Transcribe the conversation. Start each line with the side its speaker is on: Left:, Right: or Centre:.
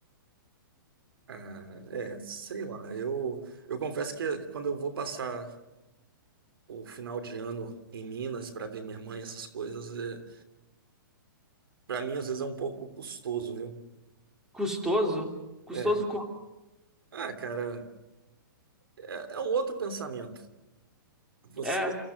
Right: Ah, é, sei lá. Eu, eu confesso que quando eu vou passar o final de ano em Minas para ver minha mãe, essas coisas, é, para mim às vezes é um pouco custoso, viu?
Centre: Custoso? Custoso
Right: É.
Centre: como?
Right: Ah, cara, é, é um outro pensamento. Você,
Centre: É,